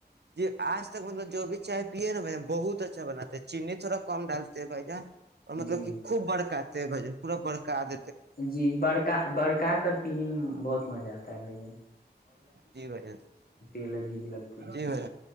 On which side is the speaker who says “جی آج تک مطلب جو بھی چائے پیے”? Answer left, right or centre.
Right